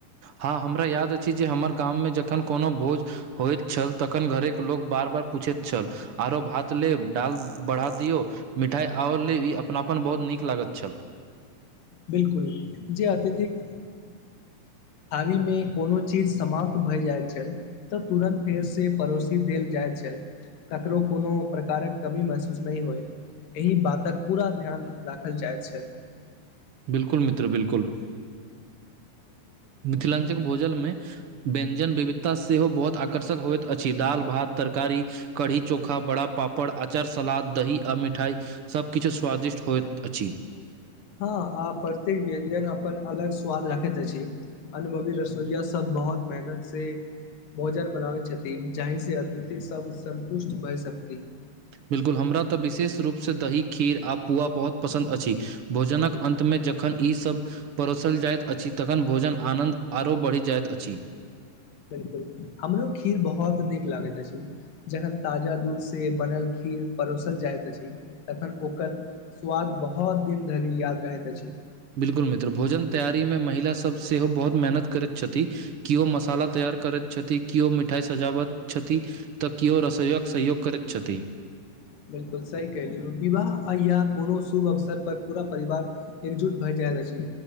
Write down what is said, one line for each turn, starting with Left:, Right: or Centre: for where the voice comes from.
Right: हँ हमरा याद अछि जे हमरा गाममे जखन कोनो भोज होइत छल तखन घरेके लोक बार बार पूछैत छल आरो भात लेब डाल बढ़ा दियौ मिठाइ आओर लेअपनापन बहुत नीक लागैत छल
Left: बिलकुल जी अतिथििक आहिमे कोनो चीज समाप्त भए जाइत छल तऽ तुरन्त फेर से पड़ोसीके देल जाइत छल ककरो कोनो प्रकारक कमी महसूस नहि होइत एहि बातक पूरा ध्यान राखल जायत छल
Right: बिलकुल मित्र बिलकुल मिथिलाञ्चल भोजलमे। व्यञ्जनक विविध आता सेहो बहुत आकर्षक होइत अछि दाल भात आतरकारी। कढ़ी चोखा बड़ा पापड़ अचार सलाद दही आ मिठाई। सभकिछु स्वादिष्ट होइत अछि।
Left: हँ आ प्रत्येक व्यञ्जन अपन अलग स्वाद राखैत अछि। अनुभवी रसोइया सब बहुत मेहनत से भोजन बनाबै यछथि जहि से अतिथि सब संन्तुष्ट भए जायंत छथि
Right: बिल्कुल हमरा त विशेष रूप सँ दही खीर आ पुआ बहुत पसन्द अछि भोजनक अन्तमे जखन ईसभ परोसल जाइत अछि तखन भोजन आनन्द आरो बढ़ि जाइत अछि
Left: बिलकुल हमरो खीर बहुत नीक लागैत अछि जखन ताजा दूध सँ बनल खीर परोसल जाइत अछि तखन ओकर स्वाद बहुत दिन धरि याद रहैत अछि
Right: बिल्कुल मित्र भोजनक तैकयारीमे महिला सभ सेहो बहुत मेहनत करैत छथि कियो मसाला तैयार करै छथि कियो मिठाई सजाबैत छथिन तऽ किियओ रसोईयक सहयोग करैत छथि
Left: बिलकुल सही कहलियैह विवाह या कोनो शुभ अवसर पर पूरा परिवार एकजुट भए जाइत अछि